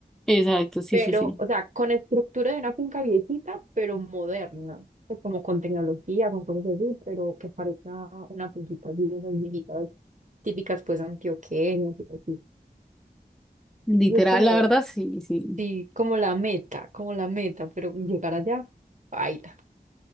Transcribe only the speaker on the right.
pero,
o sea, con estructura de una finca viejita, pero moderna, pues como con tecnología, con cosas así, pero que parezca una finquita así, de esas viejitas típicas, pues, antioqueñas, y así.
Eso es como,
sí, como la meta, como la meta, pero llegar allá, baila.